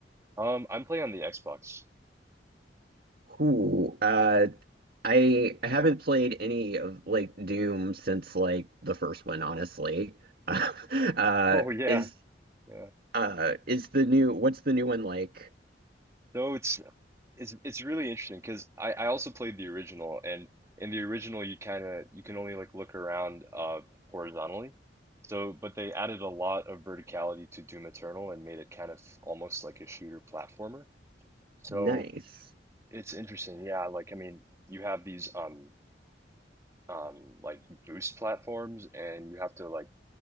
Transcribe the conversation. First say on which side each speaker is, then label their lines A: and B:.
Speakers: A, on the right; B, on the right.
A: Um, I'm playing on the Xbox. <laughs>
B: Cool. Uh, I I haven't played any of like Doom since like the first one, honestly. <laughs> Uh,
A: Oh yeah,
B: is
A: yeah.
B: uh is the new what's the new one like?
A: So it's it's it's really interesting because I I also played the original and in the original you kind of you can only like look around uh horizontally. So but they added a lot of verticality to Doom Eternal and made it kind of almost like a shooter platformer. So
B: Nice.
A: it's interesting. Yeah, like I mean, you have these um um like boost platforms and you have to like